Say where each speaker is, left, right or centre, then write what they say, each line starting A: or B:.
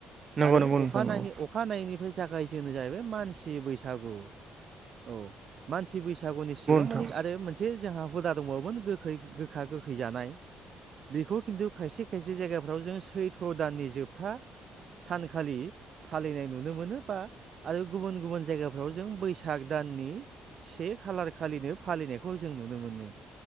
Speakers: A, on the right; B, on the right.
A: नंगौ
B: आरो
A: नंगौ नोंथां नंगौ नोंथां
B: अखानायै
A: नंगौ
B: अखानायैनिफ्राय <unintelligible> जाहैबाय मानसि बैसागु औ मान सि बैसागुनि सिगां माने
A: औ नंगौ नोंथां
B: आरो मोनसे जोंहा हुदा दंबावोमोन गोखै गोखा गोखै जानाय। बेखौ खिन्थु खायसे खायसे जायगाफ्राव जों सैथ्र' दाननि जोबथा सानखालि फालिनाय नुनो मोनो बा आरो गुबुन गुबुन जायगाफ्राव जों बैसाग दान नि से खालार खालिनो फालिनायखौ जों नुनो मोनो।